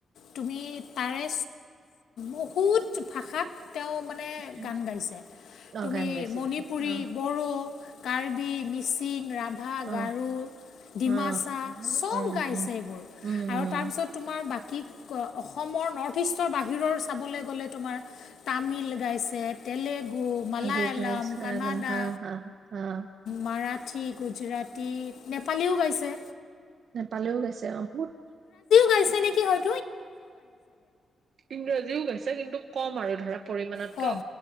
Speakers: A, on the left; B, on the right.
A: তুমি তাৰে বহুত ভাষাত তেওঁ মানে
B: উম
A: গান গাইছে তুমি
B: অ গান গাইছে
A: মণিপুৰী
B: গ অ
A: বড়ো কাৰ্বি মিচিং ৰাভা
B: অ
A: গাৰু ডিমাচা
B: অ অ উম
A: চব
B: উম
A: গাইছে এইবোৰ
B: উম
A: আৰু
B: উম
A: তাৰপিছত তোমাৰ বাকী অসমৰ নৰ্থ ইষ্টৰ বাহিৰৰ চাবলৈ গ'লে তোমাৰ তামিল গাইছে তেলেগু মালায়ালাম
B: ৰ গাইল
A: কানাডা
B: হা হা হা
A: মাৰাঠী গুজৰাটী নেপালীও গাইছে
B: নেপালীও গাইছে অ বহুত
A: পাইছে নেকি হয়
B: ইংৰাজীও গাইছে কিন্তু কম আৰু ধৰা পৰিমণতকে
A: কম
B: অ